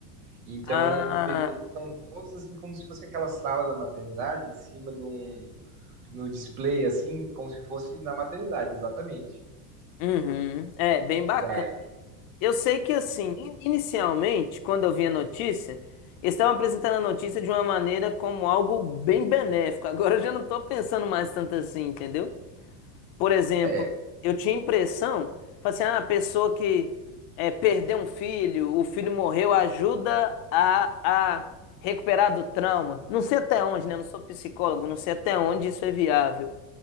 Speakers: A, on the right (about 85°); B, on the left (about 55°).
A: Então,
B: Ah,
A: os bebês estão todos assim como se fosse aquela sala da maternidade em cima de um no display, assim, como se fosse na maternidade, exatamente.
B: uhum. É, bem bacana.
A: Da...
B: Eu sei que assim, in- inicialmente, quando eu vi a notícia, eles estavam apresentando a notícia de uma maneira como algo bem benéfico. <laughs> Agora eu já não estou pensando mais tanto assim, entendeu? Por exemplo,
A: É,
B: eu tinha impressão, falei assim, ah, a pessoa que é, perdeu um filho, o filho morreu, ajuda a, a recuperar do trauma. Não sei até onde, né? Eu não sou psicólogo, não sei até onde isso é viável.